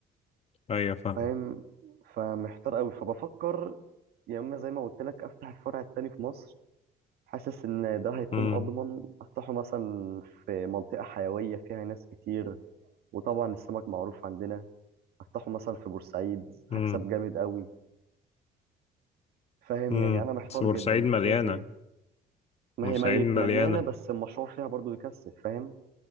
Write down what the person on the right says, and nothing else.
فاهم فمحتار قوي فبفكر يا إما زي ما قلت لك أفتح الفرع التاني في مصر حاسس إن ده هيكون
أضمن أفتحه مثلا في منطقة حيوية فيها ناس كتير وطبعا السمك معروف عندنا أفتحه مثلا في بورسعيد
هكسب جامد قوي فاهم
يعني أنا محتار
جدا أنت
شايف إيه؟ ما
هي مي-
مليانة بس المشروع فيها برضو بيكسب فاهم؟